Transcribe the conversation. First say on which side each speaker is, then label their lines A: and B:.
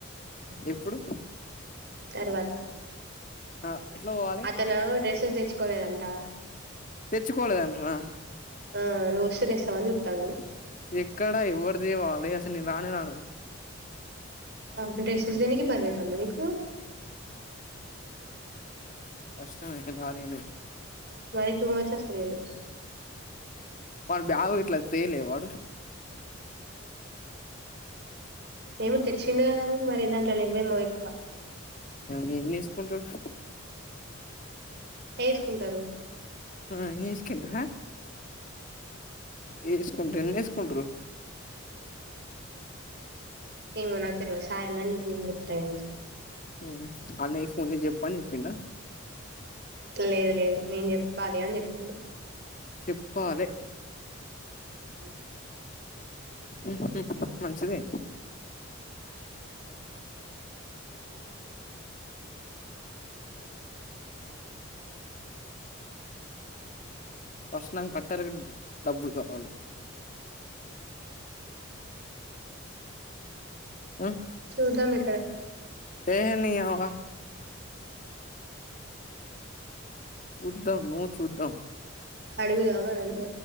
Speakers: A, on the left; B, on the right.
A: ఎప్పుడు
B: తర్వాత
A: ఆ ఎట్లా పోవాలి
B: అతను డ్రెస్సెస్ తెచ్ కులేదంటా
A: తెచ్చుకోలేదంటనా
B: ఆ నువ్వొస్తే తీస్తావ్ అని చూతాన్డు
A: ఎక్కడా ఎవరిది వాళ్ళది అసలు నే రానే రాను
B: ఆమె డ్రెస్సెస్ దేనికి బరువైతందా నీకు
A: కష్టం ఎవరికి రాణిలేవ్
B: మరీ టూ మచ్ అసలిది
A: వాని బ్యాగు ఇట్ల తేలే వాడు
B: ఏమో తెచ్చిండ కదమ్ మరి దాంట్లో లెవ్వేమో ఎక్కువ
A: ఇ ఎంచేస్కుంటడు
B: వేసుకుంటారు
A: ఆ ఇసుకుంట వేసుకుంటారు ఎన్ని ఎస్కుంటరు
B: ఏమో నాకు తెల్వదు సాయన్న నీకు నేను చెప్తా ఎంత
A: హమ్ వాని దగ్గర ఫోన్ చేసి చెప్పు అని చెప్పిండ
B: లేదు లేదు నేను చెప్పాలి అని చెప్పిండు
A: చెప్పాలే
B: ఉ
A: హ్మ్మ్ మంచిదే వస్తున్నను పట్టాలకి డబ్బులు కావాలి <inaudible>
B: శివదాం ఎక్కడనా
A: ఏ నీ యవ్వ చూద్దాం నువ్వు చూద్దాం
B: అడుగుదాం అని అన్నా